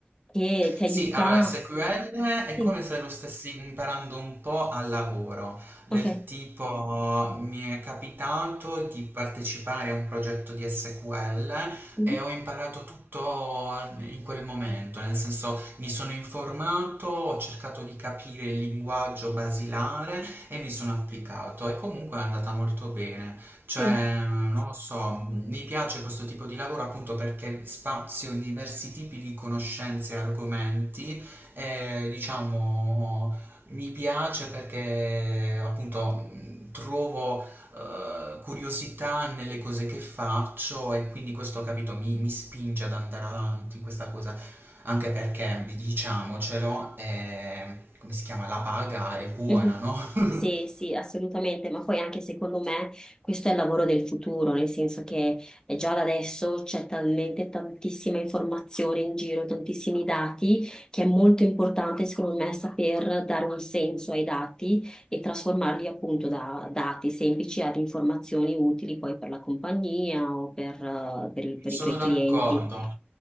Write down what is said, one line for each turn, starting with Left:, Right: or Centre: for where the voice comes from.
Left: che ti aiuta.
Right: Sì, allora SQL è
Left: Sì,
Right: come se lo stessi imparando un po' al lavoro, del
Left: ok.
Right: tipo mi è capitato di partecipare a un progetto di SQL
Left: Mhm.
Right: e ho imparato tutto in quel momento, nel senso mi sono informato, ho cercato di capire il linguaggio basilare e mi sono applicato e comunque è andata molto bene. Cioè,
Left: Sì.
Right: non lo so, mi piace questo tipo di lavoro appunto perché spazio in diversi tipi di conoscenze e argomenti e diciamo mi piace perché appunto mh, trovo eh, curiosità nelle cose che faccio e quindi questo, capito, mi, mi spinge ad andare avanti in questa cosa, anche perché diciamocelo, è, come si chiama, la paga è buona,
Left: Mhm.
Right: no?
Left: Sì,
Right: <laughs>
Left: sì, assolutamente, ma poi anche secondo me questo è il lavoro del futuro, nel senso che eh, già da adesso c'è talmente tantissima informazione in giro, tantissimi dati, che è molto importante secondo me saper dare un senso ai dati e trasformarli appunto da dati semplici ad informazioni utili poi per la compagnia o per, eh, per i per
Right: Sono
Left: i tuoi
Right: d'accordo.
Left: clienti.